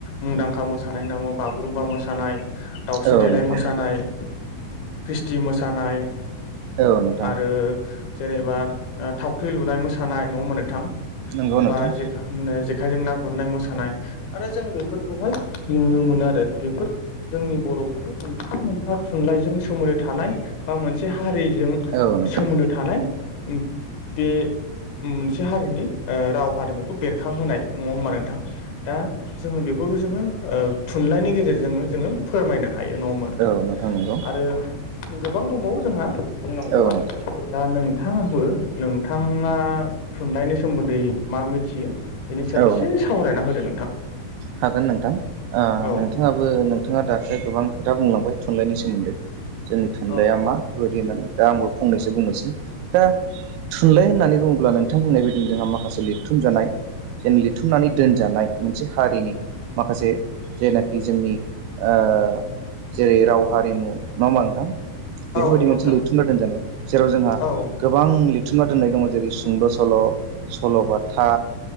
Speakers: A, on the left (about 70°); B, on the right (about 80°).
A: मुंदांखा मोसानाय नामा बागुरुम्बा मोसानाय दाउस्रि
B: औ
A: देलाय
B: नोंथां
A: मोसानाय ख्रिस्टि मोसानाय
B: औ नोंथां
A: आरो जेनेबा ओ थावख्रि लुनाय मोसानाय। नङा होमबा नोंथां
B: नंगौ
A: ओमफाय
B: नोंथां
A: जेखानो जेखायजों ना गुरनाय मोसानाय आरो जों बेफोरखौहाय नुनो मोनो आरो बेफोर जोंनि बर'फोरनि मोनफा-मोनफा थुनलाइजों सोमोन्दो थानाय बा मोनसे हारिजों
B: औ नोंथां
A: सोमोन्दो थानाय बे मोनसे हारिनि ओ राव हारिमुखौ बेरखांहोनाय नङा होमबा नोंथां दा? जोङो बेफोरखौ जोङो ओ थुनलाइनि गेजेरजोंनो जोङो फोरमायनो हायो नङा होमबा नोंथां?
B: नंगौ
A: आरो गोबां दंबावो जोंहा बुंनांगौआ
B: औ नोंथां
A: दा नों नोंथाङहाबो नोंथाङा थुनलाइनि सोमोन्दै मा मिथियो बेनि सायाव
B: औ
A: एसे
B: नोंथां
A: सावरायना होदो नोंथां?
B: हागोन नोंथां ओ
A: औ
B: नोंथाङाबो नाङा दासो गोबां खोथा बुंलांबाय थुनलाइनि सोमोन्दै जोंनि थुनलाइया
A: औ
B: मा। बेफोरबायदि होननानै दा आंबो फंनैसो बुंनोसै दा थुनलाइ होननानै बुङोब्ला नोंथां बुंनाय बायदि जोंहा माखासे लिरथुम जानाय। जेन लिरथुमनानै दोनजानाय मोनसे हारिनि माखासे जेनाखि जोंनि ओ जेरै राव हारिमु नङा होमबा नोंथां बेफोरबायदि
A: नंगौ
B: मोनसे
A: नोंथां
B: लिरथुमना दोनजानाय जेराव जोंहा
A: औ
B: गोबां लिरथुमना दोननाय दङ जेरै सुंद' सल' सल'बाथा।